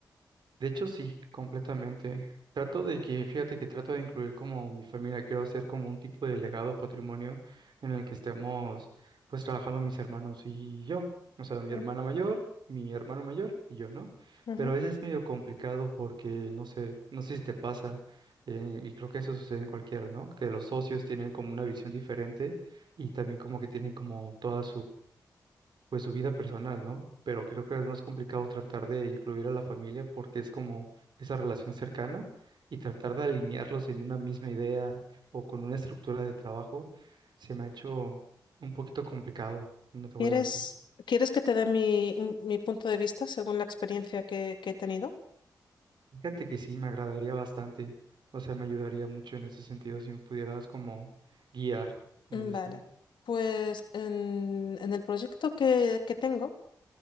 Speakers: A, on the right; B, on the left.
A: De hecho, sí, completamente. Trato de que, fíjate que trato de incluir como mi familia, quiero hacer como un tipo de legado patrimonio en el que estemos pues trabajando mis hermanos y yo. O sea, mi
B: Ujú.
A: hermana mayor, mi hermano mayor y yo, ¿no?
B: Ujú.
A: Pero a veces es medio complicado porque, no sé, no sé si te pasa, eh, y creo que eso sucede en cualquiera, ¿no? Que los socios tienen como una visión diferente y también como que tienen como toda pues su vida personal, ¿no? Pero creo que es más complicado tratar de incluir a la familia porque es como esa relación cercana y tratar de alinearlos en una misma idea o con una estructura de trabajo se me ha hecho un poquito complicado, no te
B: ¿Quieres,
A: voy a mentir.
B: quieres que te dé mi, mi punto de vista según la experiencia que que he tenido?
A: Fíjate que sí, me agradaría bastante, o sea, me ayudaría mucho en ese sentido si me pudieras como guiar en
B: Mm,
A: ese
B: Vale,
A: sentido.
B: pues en, en el proyecto que, que tengo,